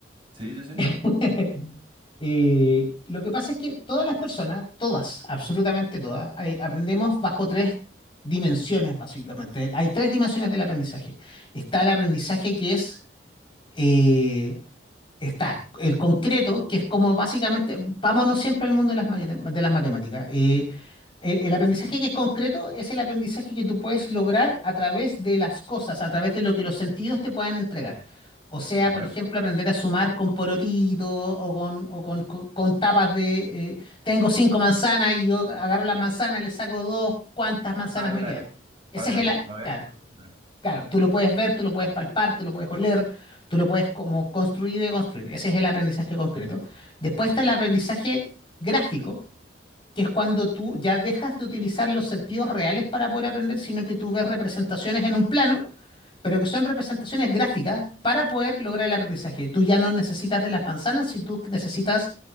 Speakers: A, on the right; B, on the left.
A: Sí, sí, sí.
B: <laughs> Eh, lo que pasa es que todas las personas, todas, absolutamente todas, eh, aprendemos bajo tres dimensiones, básicamente. Hay tres dimensiones del aprendizaje. Está el aprendizaje que es eh, está el concreto, que es como básicamente, vámonos siempre al mundo de las, mate- de las matemáticas. eh, el, el aprendizaje
A: Ujú.
B: que es concreto es el aprendizaje que tú puedes lograr a través de las cosas, a través de lo que los sentidos te puedan entregar. O sea,
A: Ya.
B: por ejemplo, aprender a sumar con porotitos o con, o con, con- con tapas de... eh, tengo cinco manzanas y yo agarro las manzanas, le saco dos, ¿cuántas manzanas
A: Ah,
B: me
A: claro.
B: quedan? Ese
A: Para
B: es
A: verlo,
B: el... a-
A: para
B: Claro.
A: verlo. Claro,
B: Claro, tú lo puedes ver, tú lo puedes palpar, tú lo puedes oler, tú lo puedes como construir y deconstruir. Ese es el aprendizaje concreto. Después
A: entiendo.
B: está el aprendizaje gráfico, que es cuando tú ya dejas de utilizar los sentidos reales para poder aprender, sino que tú ves representaciones en un plano pero que son representaciones gráficas para poder lograr el aprendizaje. Tú ya no necesitas de las manzanas, si tú necesitas,